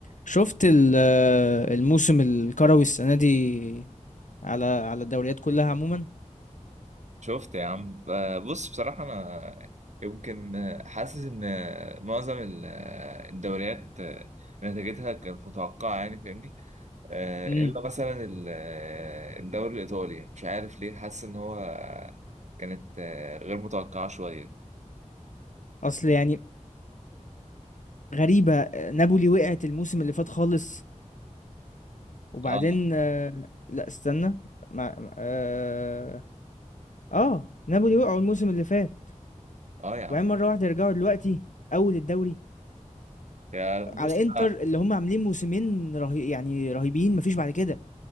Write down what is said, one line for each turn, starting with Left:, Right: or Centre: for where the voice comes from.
Left: شفت ال- آه، الموسم الكروي السنة دي على على الدوريات كلها عموما
Right: شفت يا عم ب- بص بصراحة أنا يمكن حاسس إن معظم ال- الدوريات نتيجتها كانت متوقعة يعني فاهمني آه،
Left: امم
Right: إلا مثلا ال- الدوري الإيطالي مش عارف ليه حاسس إن هو كانت آه، غير متوقعة شوية
Left: اصل يعني غريبة آه، نابولي وقعت الموسم اللي فات خالص وبعدين
Right: آه
Left: آه، لا استنى مع اه, آه نابولي وقعوا الموسم اللي فات
Right: آه يا عم
Left: وبعدين مرة واحدة يرجعوا دلوقتي اول الدوري
Right: يا بص
Left: على انتر
Right: أنا
Left: اللي هم عاملين موسمين رهي يعني رهيبين مفيش بعد كده